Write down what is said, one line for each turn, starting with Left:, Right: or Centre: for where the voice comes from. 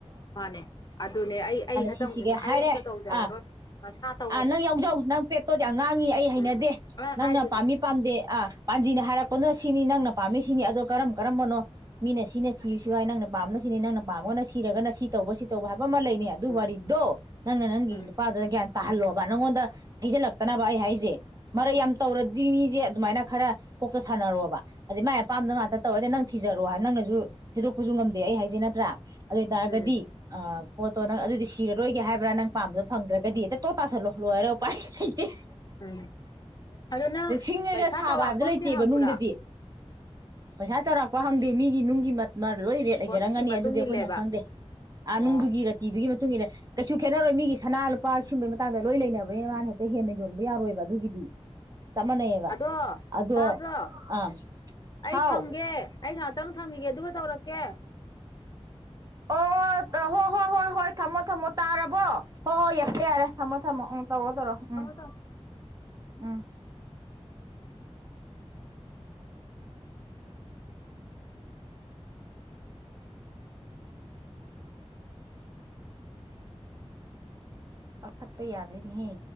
Left: ꯃꯥꯅꯦ ꯑꯗꯨꯅꯦ ꯑꯩ ꯑꯩ ꯍꯟꯇꯃꯨꯛꯗꯤ
Right: ꯁꯤ ꯁꯤꯒꯦ
Left: ꯅꯦ
Right: ꯍꯥꯏꯔꯦ
Left: ꯑꯩ ꯑꯝꯇ ꯇꯧꯖꯔꯔꯣꯏ
Right: ꯑꯥ
Left: ꯃꯁꯥ ꯇꯧ
Right: ꯑꯥ ꯅꯪ ꯌꯥꯎꯖꯧ ꯅꯪ ꯄꯦꯠꯇꯣꯠ ꯌꯥꯝ ꯉꯥꯡꯉꯤ ꯑꯩ ꯍꯩꯅꯗꯦ
Left: ꯎꯝ ꯑ
Right: ꯅꯪꯅ
Left: ꯍꯥꯏꯗꯨꯅꯦ
Right: ꯄꯥꯝꯃꯤ ꯄꯥꯝꯗꯦ ꯑꯥ ꯄꯥꯟꯖꯤꯅ ꯍꯥꯏꯔꯛ ꯄꯨꯟꯅ ꯁꯤꯅꯤ ꯅꯪꯅ ꯄꯥꯝꯃꯤꯁꯤꯅꯤ ꯑꯗꯣ ꯀꯔꯝ ꯀꯔꯝꯕꯅꯣ ꯃꯤꯅ ꯁꯤꯅ ꯁꯤꯁꯨꯔ ꯍꯥꯏ ꯅꯪꯅ ꯄꯥꯝꯕꯅ ꯁꯤꯅꯤ ꯅꯪꯅ ꯄꯥꯝꯃꯒꯅ ꯁꯤꯔꯒꯅ ꯁꯤ ꯇꯧꯕ ꯁꯤ ꯇꯧꯕ ꯍꯥꯏꯕ ꯕ ꯑꯃ ꯂꯩꯅꯦ ꯑꯗꯨ
Left: ꯎꯝ
Right: ꯋꯥꯔꯤꯗꯣ ꯅꯪꯅ ꯅꯪꯒꯤ
Left: ꯎꯝ
Right: ꯅꯨꯄꯥꯗꯨꯗ ꯒ꯭ꯌꯥꯟ ꯇꯥꯍꯜꯂꯣ ꯕꯥ ꯅꯪꯉꯣꯟꯗ ꯊꯩꯖꯤꯜꯂꯛꯇꯅꯕ ꯑꯩ ꯍꯥꯏꯁꯦ ꯃꯔꯩ ꯌꯥꯝ ꯇꯧꯔꯗꯤ ꯃꯤꯖꯦ ꯑꯗꯨꯃꯥꯏꯅ ꯈꯔ ꯀꯣꯛꯇꯣ ꯁꯥꯟꯅꯔꯣꯕ ꯑꯗꯩ ꯃꯥꯏ ꯑꯄꯥꯝꯕꯗꯣ ꯉꯥꯛꯇ ꯇꯧꯔꯗꯤ ꯅꯪ ꯊꯤꯖꯔꯣ ꯍ ꯅꯪꯅꯁꯨ ꯊꯩꯗꯣꯛꯄꯁꯨ ꯉꯝꯗꯦ ꯑꯩ ꯍꯥꯏꯖꯦ ꯅꯠꯇ꯭ꯔꯥ ꯑꯗꯨꯏ ꯇꯥꯔꯒꯗꯤ
Left: ꯎꯝ
Right: ꯑ ꯄꯣꯠꯇꯣ ꯅꯪ ꯑꯗꯨꯗꯤ ꯁꯤꯔꯔꯣꯏꯒꯦ ꯍꯥꯏꯕ꯭ꯔꯥ ꯅꯪ ꯄꯥꯝꯕꯗꯣ ꯐꯪꯗ꯭ꯔꯒꯗꯤꯅ ꯍꯦꯛꯇ ꯇꯨꯠ ꯇꯁꯜꯂꯣ ꯂꯣꯏꯔꯦ ꯎꯄꯥꯏ ꯂꯩꯇꯦ
Left: ꯎꯝ ꯑꯗꯨ ꯅꯪ
Right: ꯁꯤꯡꯉꯒ
Left: ꯄꯩꯁꯥ
Right: ꯁꯥꯕ
Left: ꯆꯥꯎꯔꯥꯛꯄ
Right: ꯍꯥꯏꯕꯗꯣ
Left: ꯑꯝꯗꯤ
Right: ꯂꯩꯇꯦꯕ
Left: ꯍꯪꯕ꯭ꯔꯥ
Right: ꯅꯨꯡꯗꯗꯤ ꯄꯩꯁꯥ ꯆꯥꯎꯔꯥꯛꯄ ꯍꯪꯗꯦ ꯃꯤꯒꯤ ꯅꯨꯡꯒꯤ ꯃꯠ ꯃꯥ ꯂꯣꯏ ꯔꯦꯠ ꯂꯩꯖꯔꯝꯒꯅꯤ
Left: ꯐꯣꯟꯒꯤ ꯃꯇꯨꯡ
Right: ꯑꯗꯨꯗꯤ ꯑꯩꯈꯣꯏꯅ
Left: ꯏꯜꯂꯦꯕ
Right: ꯈꯪꯗꯦ ꯑꯥ
Left: ꯑꯣ
Right: ꯅꯨꯡꯗꯨꯒꯤ ꯔꯥꯇꯤꯗꯨꯒꯤ ꯃꯇꯨꯡ ꯏꯟꯂꯦ ꯀꯩꯁꯨ ꯈꯦꯠꯅꯔꯣꯏ ꯃꯤꯒꯤ ꯁꯅꯥ ꯂꯨꯄꯥ ꯁꯨꯝꯕꯩ ꯃ ꯍꯀꯥꯡꯗ ꯂꯣꯏ ꯂꯩꯅꯕꯅꯤꯅ ꯃꯥꯅ ꯍꯦꯛꯇ ꯍꯦꯟꯅ ꯌꯣꯟꯕ ꯌꯥꯔꯣꯏꯕ ꯑꯗꯨꯒꯤꯗꯤ ꯆꯞ ꯃꯥꯟꯅꯩꯑꯕ
Left: ꯑꯗꯣ
Right: ꯑꯗꯣ
Left: ꯇꯥꯕ꯭ꯔꯣ
Right: ꯑꯥ
Left: ꯑꯩ
Right: ꯍꯥꯎ
Left: ꯊꯝꯒꯦ ꯑꯩ ꯉꯥꯛꯇ ꯇꯪ ꯊꯝꯈꯤꯒꯦ ꯑꯗꯨꯒ ꯇꯧꯔꯛꯀꯦ
Right: ꯑꯣ ꯇ ꯍꯣ ꯍꯣꯏ ꯍꯣꯏ ꯍꯣꯏ ꯊꯝꯃꯣ ꯊꯝꯃꯣ ꯇꯥꯔꯕꯣ ꯍꯣꯏ ꯍꯣꯏ ꯌꯥꯛꯀꯦ ꯌꯥꯔꯦ ꯊꯝꯃꯣ ꯊꯝꯃꯣ ꯎꯝ ꯇꯧꯔꯣ ꯇꯧꯔꯣ
Left: ꯊꯝꯃꯣ
Right: ꯎꯝ
Left: ꯊꯝꯃꯣ
Right: ꯎꯝ ꯀꯛꯊꯠꯄ ꯌꯥꯗꯔꯦꯅꯦꯍꯦ